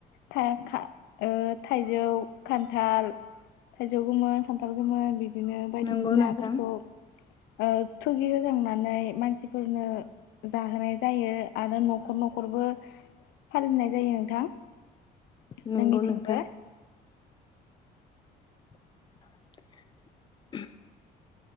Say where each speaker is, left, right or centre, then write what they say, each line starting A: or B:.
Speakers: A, on the left (about 80°); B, on the left (about 25°).
A: था खा ओ थाइजौ खानथाल थाइजौ गोमोन खानथाल गोमोन बि दिनो बायदिसिनाफोरखौ
B: नंगौ नोंथां
A: ओ थुगि होजांनानै मानसिफोरनो जाहोनाय जायो आरो न'खर न'खरबो फालिनाय जायो नोंथां
B: नंगौ
A: जोंनिथिंबो
B: नोंथां <inaudible>